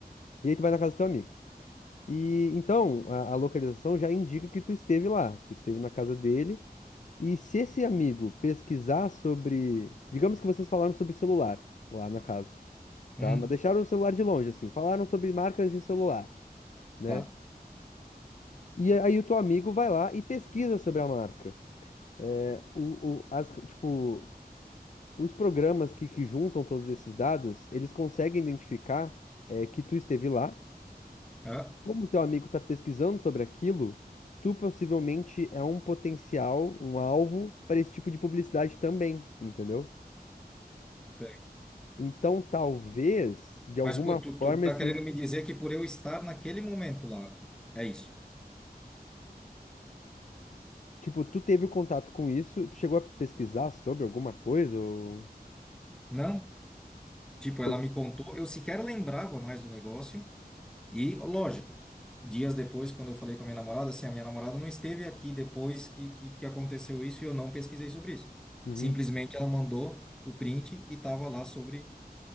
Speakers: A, on the left; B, in the centre.
A: E aí tu vai na casa do teu amigo. E então, a, a localização já indica que tu esteve lá, tu esteve na casa dele. E se esse amigo pesquisar sobre. Digamos que vocês falaram sobre celular lá na casa, tá?
B: Uhum.
A: Mas deixaram o celular de longe, assim. Falaram sobre marcas de celular, né?
B: Tá.
A: E aí o teu amigo vai lá e pesquisa sobre a marca. É, O, o- as, tipo, os programas que, que juntam todos esses dados, eles conseguem identificar é, que tu esteve lá.
B: Ah,
A: Como o teu amigo está pesquisando sobre aquilo, tu possivelmente é um potencial, um alvo para esse tipo de publicidade também, entendeu?
B: bem.
A: Então, talvez, de alguma
B: Mas pô, tu,
A: forma,
B: tu tá
A: esses.
B: querendo me dizer que por eu estar naquele momento lá, é isso?
A: Tipo, tu teve o contato com isso, tu chegou a pesquisar sobre alguma coisa? Ou...
B: Não? Tipo,
A: Tipo,
B: ela
A: isso...
B: me contou, eu sequer lembrava mais do negócio. E, lógico, dias depois, quando eu falei com a minha namorada, assim, a minha namorada não esteve aqui depois que, que, que aconteceu isso e eu não pesquisei sobre isso.
A: Uhum.
B: Simplesmente ela mandou o print e tava lá sobre,